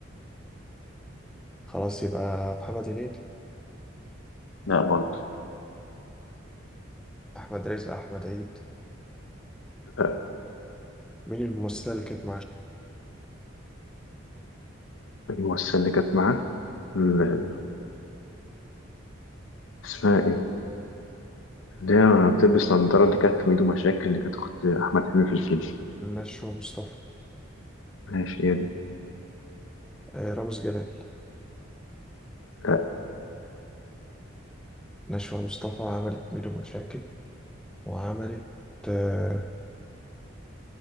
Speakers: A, in the centre; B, on the left.
A: خلاص يبقى محمد هنيدي
B: لا برضه
A: أحمد رزق أحمد عيد
B: لا
A: مين الممثلة اللي كانت معاه؟
B: الممثلة اللي كانت معاه ال- اسمها إيه؟ اللي هي بتلبس نضارة اللي كانت في ميدو مشاكل اللي كانت أخت أحمد حلمي في الفيلم
A: نشوى مصطفى
B: ماشي هي دي
A: آه، رامز جلال
B: لا
A: نشوى مصطفى عملت ميدو مشاكل وعملت آه